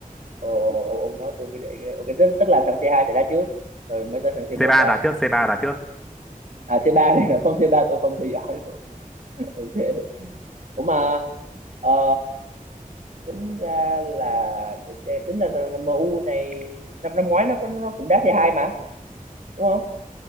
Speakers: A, on the right; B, in the centre.
A: Ồ, ồ, ồ, ông nói tôi mới để ý cái đấy. Ok, tức, tức là thằng C2 sẽ đá trước, rồi mới tới thằng C1
B: c ba
A: đá.
B: đá trước c ba đá trước
A: À, C3 này, <laughs> không C3 tôi không theo dõi luôn. <laughs> Ok. Ủa mà, ờ, tính ra là, để xem, tính ra thằng MU này, năm năm ngoái nó có nó cũng đá C2 mà, đúng không?